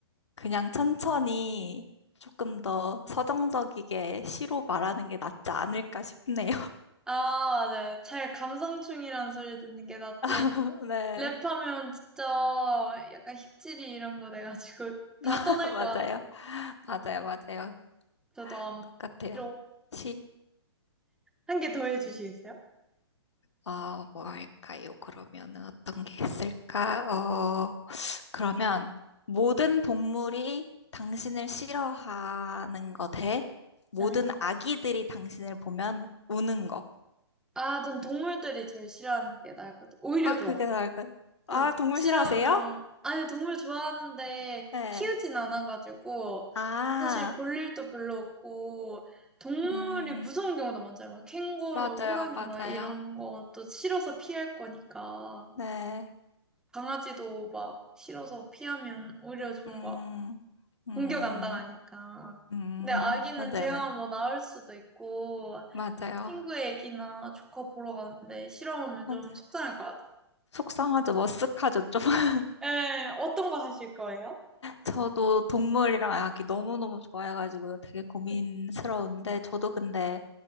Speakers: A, on the left; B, in the centre.
A: 그냥 천천히 조금 더 서정적이게 시로 말하는 게 낫지 않을까 싶네요.
B: 아, 맞아요. 잘 감성충이라는 소리 듣는 게 낫지.
A: <laughs> 네,
B: 랩하면 진짜 약간 힙질이 이런 거 돼가지고 <laughs> 다
A: <laughs>
B: 떠날
A: 맞아요.
B: 것 같아.
A: 맞아요, 맞아요.
B: 저도 아마
A: 똑같아요.
B: 싫어.
A: 시.
B: 한 개 더 해주시겠어요?
A: 아, 뭐 할까요? 그러면은 어떤 게 있을까? 어, 그러면 모든 동물이 당신을 싫어하는 거 대 모든
B: 네.
A: 아기들이 당신을 보면 우는 거.
B: 아, 전 동물들이 제일 싫어하는 게 나을 것 같아. 오히려
A: 아,
B: 좋아.
A: 그게 나을 것. 아,
B: 그
A: 동물
B: 싫어하면
A: 싫어하세요?
B: 아니 동물 좋아하는데
A: 네.
B: 키우진 않아가지고
A: 아,
B: 사실 볼 일도 별로 없고 동물이
A: 음,
B: 무서운 경우도 많잖아요. 막 캥거루,
A: 맞아요,
B: 호랑이
A: 맞아요.
B: 막 이런 것도 싫어서 피할 거니까
A: 네.
B: 강아지도 막 싫어서 피하면 오히려 좋은
A: 음,
B: 것 같아요.
A: 음,
B: 공격 안 당하니까.
A: 음,
B: 근데 아기는
A: 맞아요,
B: 제가
A: 맞아요.
B: 뭐 나을 수도 있고
A: 맞아요.
B: 친구 애기나 조카 보러 가는데 싫어하면
A: 맞아요.
B: 좀 속상할 것 같아요.
A: 속상하죠, 머쓱하죠, 좀. <laughs>
B: 예, 어떤 거 하실 거예요?
A: 저도 동물이랑 아기 너무너무 좋아해가지고 되게 고민스러운데,
B: 네. 기
A: 저도 근데